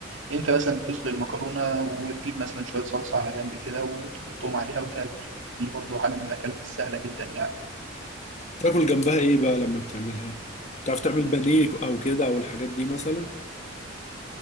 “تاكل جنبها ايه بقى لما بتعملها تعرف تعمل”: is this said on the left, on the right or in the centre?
Left